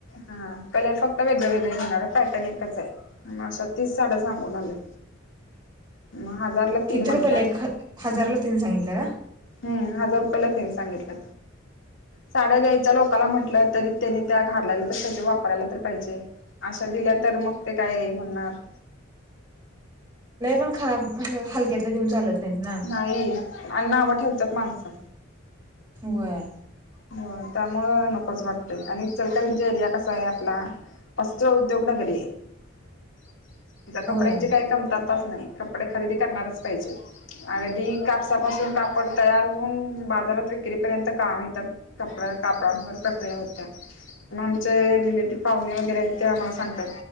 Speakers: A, on the left; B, on the right.
A: हा कलर फक्त वेगळे वेगळे घेणार पॅटर्न एकच आहे मग अशा तीच साड्या सांगून आले म हजारला
B: किती
A: तीन म्हख्यात
B: रुपयाला एक हजारला तीन सांगितलं का?
A: हम्म ह रुग साड्या द्यायच्या लोला म्हट तरी त्यानी त्या घाललायला तर पाहिजे वापरायला तर पाहिजे अशा दिल्या तर मग ते काय म्हणणार ह
B: नाही पण खराब हलक्यातल्या देऊन चालत नाहीत ना.
A: नाही आणि् नावं ठेवतात माणसं
B: वर
A: हो त्यामुळ नकोच वाटतय आणि सलकार्यांची आयडिया कसा आहे आपला वस्त्र उद्योग नगरी आहे आ
B: होय
A: कपड्यांचे काय कमतात नाही कपडे खरेदी करणारच पाहिजे अदी कापसापासून कापड तयार होऊन बाजारात विक्रीपर्यंत काम येतं कपड्या कापडांवर प्रक्रिया होत्या मण आमचे रिलेटिव पाहुणे वगैरे आहेत ते आम्हाला सांगतात